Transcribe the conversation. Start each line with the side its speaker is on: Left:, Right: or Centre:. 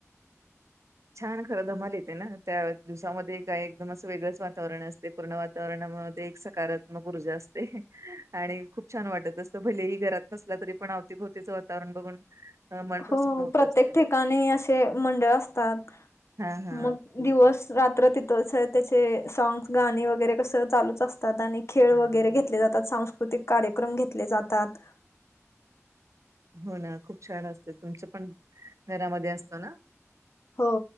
Right: छान. खरं धमाल येते ना. त्या दिवसामध्ये काय एकदम असं वेगळंच वातावरण असते पूर्ण तर मग ते एक सकारात्मक ऊर्जा असते. आणि खूप छान वाटत असत भलेही घरात नस तरी पण अवतीभवतीच वातावरण बघून अ, मन
Left: हो
Right: प्रसन्न होत
Left: प्रत्येक
Right: असतय
Left: ठिकाणी असे मंडळ असतात.
Right: हा हा
Left: मग दिवस रात्र तिथंच. त्याचे साँग्स, गाणी वगैरे कसं चालूच असतात आणि खेळ
Right: हा
Left: वगैरे घेतले जातात. सांस्कृतिक कार्यक्रम घेतले जातात.
Right: हो ना. खूप छान असते. तुमचं पण घरामध्ये असतो ना.
Left: हो.